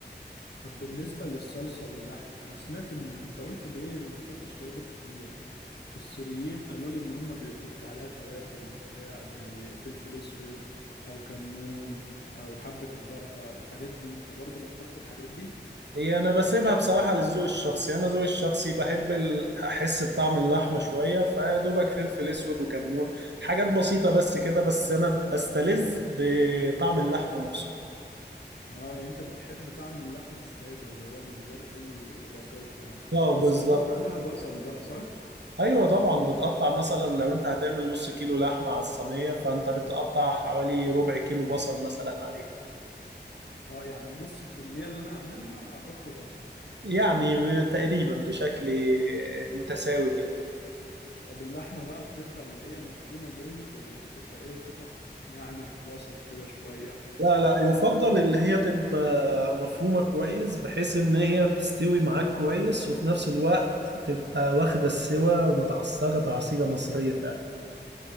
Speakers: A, on the left; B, on the right.
A: طب بالنسبة للصلصة واللحمة أنا سمعت إن أنت قلت بإيه ما بتحطش توابل كتير في السوريين قالوا لي إن هم بيحطوا عليها توابل وبتاع زي فلفل أسود أو كمون أو حبة البركة الحاجات دي أنت برضو بتحط الحاجات دي؟
B: هي انا بسيبها بصراحة للذوق الشخصي انا ذوقي الشخصي بحب ال- احس بطعم اللحمة شوية فيا دوبك فلفل اسود وكمون حاجات بسيطة بس كده بس انا بستلذ بطعم اللحمة نفسه
A: آه يعني أنت بتحب طعم اللحمة السادة اللي هو من غير أي إضافات يعني
B: اه
A: بس
B: بالظبط
A: بتحط عليها بصل بقى صح؟
B: ايوه طبعا بتقطع مثلا لو انت هتعمل نص كيلو لحمه على الصينيه فانت بتقطع حوالي ربع كيلو بصل مثلا عليه
A: آه يعني نص الكمية اللي أنا هعملها أحطه بصل
B: يعني ب- تقريبا بشكل متساوي كده
A: طب اللحمة بقى بتبقى اللي هي مفرومة جامد ولا بتبقى ايه قطع يعني وسط كده شوية
B: لا لا يفضل اللي هي تبقى مفرومه كويس بحيث ان هي تستوي معاك كويس وفي نفس الوقت تبقى واخده السوا ومتعصجه تعصيجه مصريه فعلا